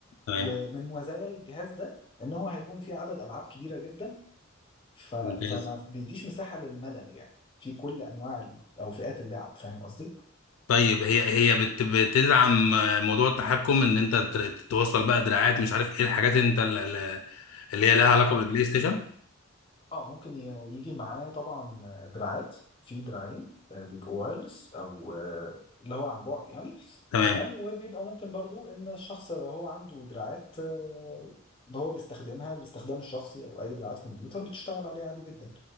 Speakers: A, on the left (about 80°); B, on the left (about 25°).
A: تمام
B: ومن مزايا الجهاز ده ان هو هيكون فيه عدد العاب كبيره جدا ف... فما
A: ممتاز
B: بيديش مساحة للملل يعني في كل انواع ال- او فئات اللعب فاهم قصدي؟
A: طيب هي هي بت... بتدعم آه، موضوع التحكم ان انت تر- توصل بقى دراعات مش عارف ايه الحاجات اللي انت ال- ال- اللي هي لها علاقه
B: اه
A: بالبلاي ستيشن
B: اه ممكن ي- يجي معاه طبعا آه، دراعات في دراعين آه، بيبقوا وايرلس او آه، اللي هو عن بعد يعني
A: تمام
B: تمام وبيبقى ممكن برضو ان الشخص لو هو عنده دراعات آه، هو بيستخدمها الاستخدام الشخصي او اي دراعات كمبيوتر بتشتغل عليه عادي جدا